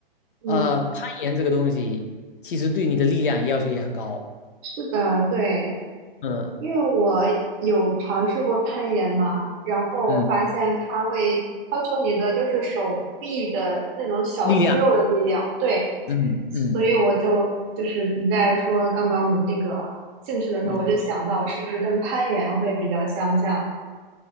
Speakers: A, on the right (about 15°); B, on the left (about 60°).
A: 嗯，
B: 呃，攀岩这个东西其实对你的力量要求也很高，
A: 是的，对。
B: 嗯
A: 因为我有尝试过攀岩嘛，然后我发现它会要求你的就是手臂的那种小肌肉的力量，
B: 嗯，力量，
A: 对，
B: 嗯嗯
A: 所以我就就是你在说钢管舞这个兴趣的时候，
B: 嗯，
A: 我就想到是不是跟攀岩会比较相像？